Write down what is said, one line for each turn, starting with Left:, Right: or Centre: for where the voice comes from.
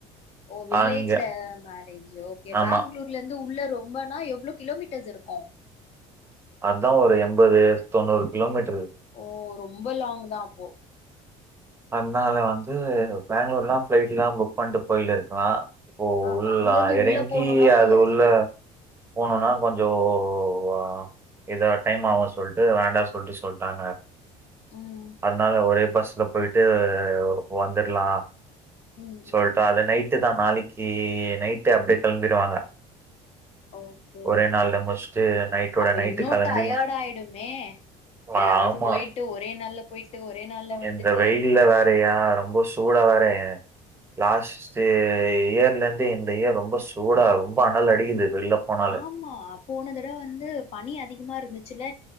Left: ஓ வில்லேஜ்ல
Right: அங்க
Left: மேரேஜ் ஓகே
Right: ஆமா
Left: பேங்ளூர்ல இருந்து உள்ள ரொம்பனா எவ்ளோ கிலோமீட்டர்ஸ் இருக்கு
Right: அதா ஒரு எண்பது தொண்ணூறு கிலோமீட்
Left: ஓ ரொம்ப லாங் தா அப்போ
Right: என்னால்தே வந்து பேங்ளூர்னா ஃப்ளைட்லா புக் பண்ட்டு போய்ல்ட் இருக்லா இப்போ
Left: ஆமா
Right: உள்ளா
Left: அங்க இருந்து
Right: எறயுங்கி
Left: உள்ள போணும்னா முடியாது
Right: அது உள்ள போனோனா
Left: ம்
Right: கொஞ்சோ ஒ வா இதோ டைம் ஆகு சொல்ட்டு வேண்டா சொல்ட்டு சொல்ட்டாங்க.
Left: ம்
Right: அதுனால ஒரே பஸ் ல போய்ட்டு அ வந்துர்லா
Left: ம்
Right: சொல்ட்டா
Left: ம்
Right: அத நைட்டு தா நாளைக் கே நைட் அப்டே கெளம்பிடுவாங்க
Left: ஓகே
Right: ஒரே
Left: ஓகே
Right: நாள்ல முச்ட்டு நைட்டோட
Left: அப்ப
Right: நைட்டு
Left: இன்னு
Right: கலம்பி
Left: டயர்ட் ஆயிடுமே எல்லாரு
Right: ஆமா
Left: போயிட்டு ஒரே நாள்ல போயிட்டு ஒரே நாள்ல வந்துட்டு
Right: இந்த வெயில்ல வேற அ ரொம்ப சூடா வேற ஏ லாஸ்ட்டு இயர்ல இருந்து இந்த இயர் ரொம்ப சூடா ரொம்ப அனல் அடிக்குது வெள்ல போனாலே
Left: ஆமா போன தடவ வந்து பனி அதிகமா இருந்துச்சுல